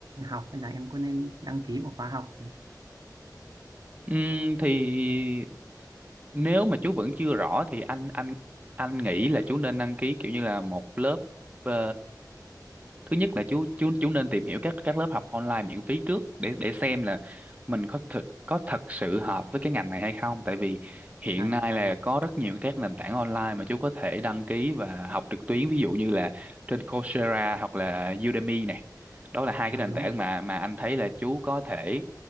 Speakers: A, on the right; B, on the right.
A: học hay là em có nên đăng ký một khóa học
B: ừ thì nếu mà chú vẫn chưa rõ thì anh anh anh nghĩ là chú nên đăng ký kiểu như là một lớp ờ, thứ nhất là chú chú chú nên tìm hiểu các các lớp học online miễn phí trước để để xem là mình có thực có thật sự hợp với cái ngành này hay không tại vì hiện
A: à là
B: nay
A: vâng
B: là có rất nhiều các nền tảng online mà chú có thể đăng ký và học trực tuyến ví dụ như là trên Coursera hoặc là Udemy này đó là hai cái
A: à,
B: nền
A: đúng
B: tảng
A: rồi
B: mà mà anh thấy là chú có thể